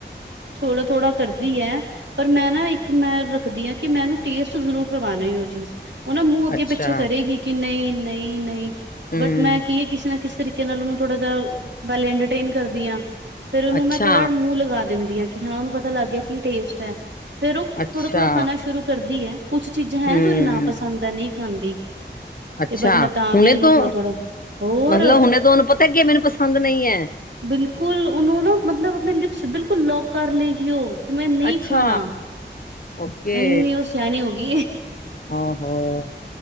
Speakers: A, on the right (about 75°); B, on the left (about 50°).
A: ਥੋੜਾ ਥੋੜਾ ਕਰਦੀ ਐ। ਪਰ ਮੈਂ ਨਾ ਇੱਕ ਮੈਂ ਰੱਖਦੀ ਆ, ਕਿ ਮੈ ਇਨੂੰ ਟੇਸਟ ਜ਼ਰੂਰ ਕਰਵਾਣਾ ਓ ਚੀਜ਼। ਓ ਨਾ ਮੂੰਹ ਅੱਗੇ
B: ਅੱਛਾ
A: ਪਿੱਛੇ ਕਰੇਗੀ ਕਿ ਨਈ-ਨਈ-ਨਈ,
B: ਹਮ
A: ਬਟ ਮੈਂ ਕੀ ਐ ਕਿਸੇ ਨਾ ਕਿਸ ਤਰੀਕੇ ਨਾਲ ਓਨੂੰ ਥੋੜ੍ਹਾ ਜਿਹਾ, ਪੈਲੇ ਇੰਟਰਟੇਨ ਕਰਦੀ ਹਾਂ। ਫੇਰ ਓਨੂੰ
B: ਅੱਛਾ
A: ਮੈਂ ਥੋੜਾ ਜਾ ਮੂੰਹ ਲਗਾ ਦਿੰਦੀ ਕਿ ਹਾਂ, ਓਨੂੰ ਪਤਾ ਲੱਗ ਗਿਆ ਕੀ ਟੇਸਟ ਐ। ਫੇਰ ਓ
B: ਅੱਛਾ
A: ਥੋੜਾ-ਥੋੜਾ ਖਾਣਾ ਸ਼ੁਰੂ ਕਰਦੀ ਐ, ਕੁਛ ਚੀਜ਼ਾਂ ਹੈ
B: ਹਮ
A: ਜੋ ਨਾ ਪਸੰਦ ਐ, ਨਈ ਖਾਂਦੀ।
B: ਅੱਛਾ!
A: ਤੇ ਬਟ ਮੈਂ ਤਾਂ
B: ਹੁਣੇ
A: ਵੀ ਉਹਨੂੰ
B: ਤੋਂ,
A: ਥੋੜਾ-ਥੋੜਾ ਹੋਰ
B: ਮਤਲਬ ਹੁਣੇ ਤੋਂ ਓਨੂੰ ਪਤਾ ਕੀ ਮੈਨੂੰ ਪਸੰਦ ਨਈ ਐ।
A: ਬਿਲਕੁੱਲ ਓਨੂੰ ਨਾ ਮਤਲਬ ਆਪਣੇ ਲਿਪਸ ਬਿਲਕੁਲ ਲੌਕ ਕਰ ਲੇਗੀ ਓ, ਕਿ ਮੈਂ ਨਈ
B: ਅੱਛਾ
A: ਖਾਨਾ।
B: ਓਕੇ
A: ਐਨੀ ਓ ਸਿਆਣੀ ਹੋਗੀ ਏ।
B: ਹਾਂ ਹਾਂ,